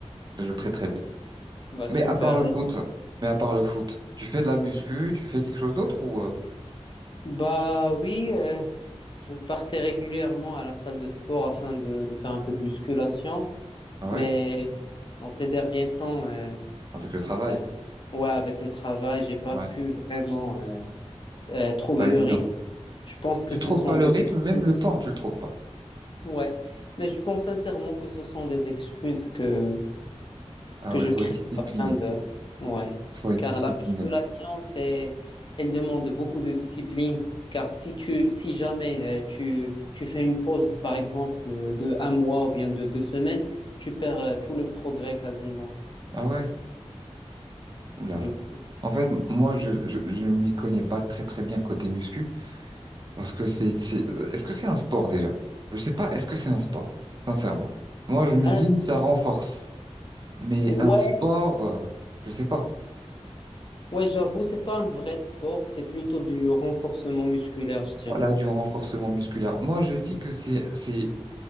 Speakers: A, on the right; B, on the left.
A: Je joue très très bien.
B: Bah,
A: Mais
B: super.
A: à part le
B: Et-
A: foot, mais à part le foot, tu fais de la muscu, tu fais quelque chose d'autre ou euh,
B: Bah oui, euh, je partais régulièrement à la salle de sport afin de, de faire un peu de musculation,
A: Ah ouais,
B: mais en ces derniers temps, euh,
A: avec le travail.
B: euh, ouais, avec le travail, j'ai pas
A: Ouais,
B: pu
A: c'est
B: vraiment euh, euh, trouver
A: pas
B: le
A: évident.
B: rythme. Je pense que
A: Tu
B: ce
A: trouves
B: sont
A: pas
B: des
A: le rythme,
B: excuses.
A: même le temps, tu le trouves pas.
B: Ouais, mais je pense sincèrement que ce sont des excuses que
A: Ah
B: que
A: ouais,
B: je
A: faut
B: crée
A: être discipliné.
B: afin de... Ouais.
A: Faut être
B: Car
A: discipliné.
B: la musculation, c'est, elle demande beaucoup de discipline. Car si tu, si jamais euh, tu, tu fais une pause, par exemple, de, de un mois ou bien de deux semaines, tu perds euh, tout le progrès quasiment.
A: Ah ouais? Oula.
B: Du coup,
A: En fait, m- moi, je, je, je ne m'y connais pas très très bien côté muscu, parce que c'est, c'est, euh, est-ce que c'est un sport déjà? Je sais pas, est-ce que c'est un sport? Sincèrement. Moi, je me dis,
B: Euh,
A: ça renforce. Mais
B: ouais,
A: un sport, euh, je sais pas.
B: ouais, j'avoue, c'est pas un vrai sport, c'est plutôt du renforcement musculaire, je dirais.
A: Voilà, du renforcement musculaire. Moi, je dis que c'est, c'est